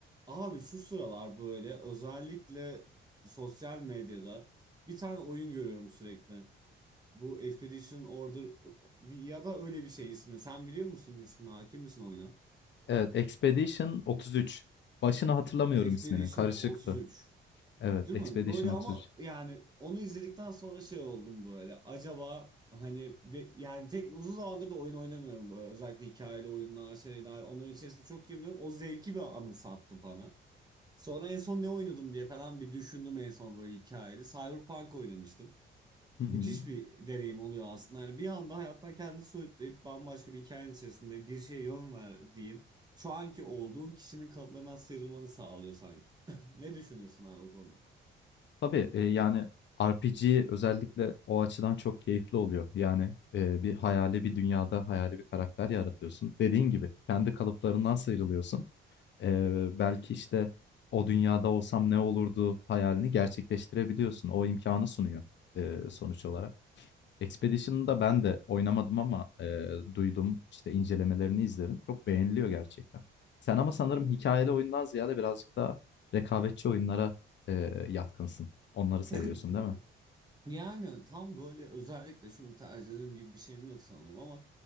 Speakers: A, on the right; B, on the left.
A: Abi şu sıralar böyle özellikle sosyal medyada bir tane oyun görüyorum sürekli. Bu Expedition Order bir- ya da öyle bir şey ismi. Sen biliyor musun ismini? Hakim misin oyuna?
B: Evet, Expedition 33. Başını hatırlamıyorum
A: Expedition
B: isminin. Karışıktı.
A: 33.
B: Evet,
A: Değil
B: Expedition
A: mi? Böyle
B: 33.
A: ama yani onu izledikten sonra şey oldum böyle. Acaba hani be- yani tek uzun zamandır da oyun oynamıyorum böyle. Özellikle hikayeli oyunlar şeyler. Onların içerisinde çok girmiyorum. O zevki bir anımsattı bana. Sonra en son ne oynadım diye falan bir düşündüm en son böyle hikayeli. Cyberpunk oynamıştım.
B: Hı hı.
A: Müthiş bir deneyim oluyor aslında. Yani bir anda hayattan kendini soyutlayıp bambaşka bir hikayenin içerisinde bir şeye yön verdiğin, şu anki olduğun kişinin kalıplarından sıyrılmanı sağlıyor sanki. <laughs> Ne düşünürsün abi o konuda?
B: Tabii e, yani RPG özellikle o açıdan çok keyifli oluyor. Yani e, bir hayali bir dünyada hayali bir karakter yaratıyorsun. Dediğin gibi kendi kalıplarından sıyrılıyorsun. E, belki işte o dünyada olsam ne olurdu hayalini gerçekleştirebiliyorsun. O imkanı sunuyor e, sonuç olarak. Expedition'ı da ben de oynamadım ama, eee, duydum, işte, incelemelerini izledim. Çok beğeniliyor gerçekten. Sen ama sanırım hikayeli oyundan ziyade birazcık daha rekabetçi oyunlara, eee, yatkınsın. Onları seviyorsun,
A: <laughs>
B: değil mi?
A: Yani tam böyle özellikle şunu tercih ederim gibi bir şeyim yok sanırım ama